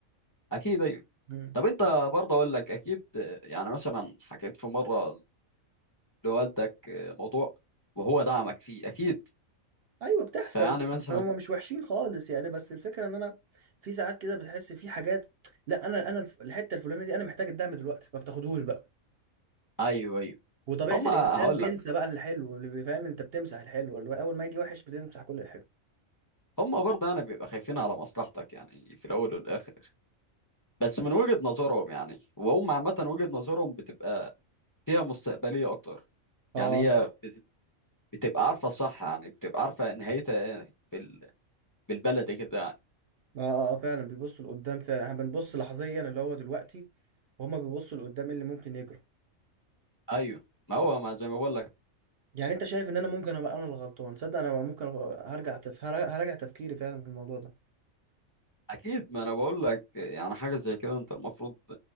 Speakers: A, on the left (about 25°); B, on the right (about 55°).
A: أكيد أيوه
B: امم
A: طب أنت برضه أقول لك أكيد آه، يعني مثلا حكيت في مرة لوالدك آه، موضوع وهو دعمك فيه أكيد
B: ايوه بتحصل
A: فيعني مثلا
B: هما مش وحشين خالص يعني بس الفكره ان انا في ساعات كده بتحس في حاجات لا انا انا الف- الحته الفلانيه دي انا محتاج الدعم دلوقتي ما بتاخدهوش بقى
A: أيوه أيوه
B: وطبيعه
A: هما
B: الانسان
A: هقول
B: بينسى
A: لك
B: بقى الحلو اللي بيفهم انت بتمسح الحلو اللي هو اول ما يجي وحش بتمسح كل الحلو
A: هما برضه يعني بيبقى خايفين على مصلحتك يعني في الأول والآخر بس من وجهة نظرهم يعني وهم عامة وجهة نظرهم بتبقى فيها مستقبلية أكتر
B: اه
A: يعني
B: صح
A: هي بت- بتبقى عارفة الصح يعني بتبقى عارفة نهايتها إيه في ال- بالبلد كده يعني
B: اه فعلا بيبصوا لقدام فعلا احنا بنبص لحظيا اللي هو دلوقتي وهما بيبصوا لقدام إيه اللي ممكن يجرى
A: أيوه ما هو ما زي ما بقول لك
B: يعني انت شايف ان انا ممكن ابقى انا الغلطان تصدق انا ممكن أبقى- هرجع تف... هر- هرجع تفكيري فعلا في الموضوع ده
A: اكيد ما انا بقول لك يعني حاجه زي كده انت المفروض